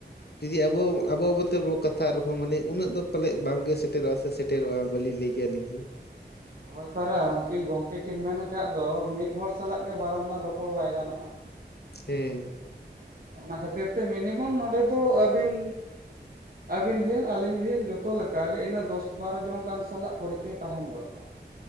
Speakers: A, on the left; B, on the right.
A: ᱡᱩᱫᱤ ᱟᱵᱚ ᱟᱵᱚ ᱟᱵᱚ ᱛᱮᱵᱚ ᱠᱟᱛᱷᱟ ᱟᱨᱦᱚᱸ, ᱢᱟᱱᱮ ᱩᱱᱟᱹᱜ ᱫᱚ ᱯᱟᱞᱮᱫ ᱵᱟᱝᱜᱮ ᱥᱮᱴᱮᱨᱚᱜᱼᱟ᱾ ᱥᱮᱴᱮᱨᱚᱜᱼᱟ ᱵᱟᱹᱞᱤᱧ ᱞᱟᱹᱭ ᱠᱮᱭᱟ ᱟᱹᱞᱤᱧ ᱦᱚᱸ ᱾
B: ᱦᱚᱭ ᱯᱟᱨᱟ ᱦᱟᱹᱱᱠᱤᱱ ᱜᱚᱝᱠᱮ ᱠᱤᱱ ᱢᱮᱱ ᱠᱟᱜ ᱫᱚ, ᱢᱤᱫ ᱦᱚᱲ ᱥᱟᱞᱟᱜ ᱜᱮ ᱵᱟᱨᱚᱢ ᱵᱟᱨ ᱨᱚᱯᱚᱲ ᱵᱟᱭ ᱜᱟᱱᱚᱜ-ᱟ᱾
A: ᱦᱮ
B: ᱚᱱᱟ ᱠᱷᱟᱹᱛᱤᱨ ᱛᱮ ᱢᱤᱱᱤᱢᱚᱢ ᱱᱚᱸᱰᱮ ᱫᱚ ᱟᱹᱵᱤᱱ ᱟᱵᱤᱱ ᱦᱩᱭᱮᱱ ᱟᱞᱤᱧ ᱦᱩᱭᱮᱱ ᱡᱚᱛᱚ ᱞᱮᱠᱟ ᱜᱮ, ᱤᱱᱟᱹ ᱫᱚᱥ ᱵᱟᱨᱚ ᱡᱚᱱ ᱜᱟᱱ ᱥᱟᱞᱟᱜ ᱯᱚᱨᱤᱪᱚᱭ ᱛᱟᱦᱮᱱ ᱫᱚᱨᱠᱟᱨ᱾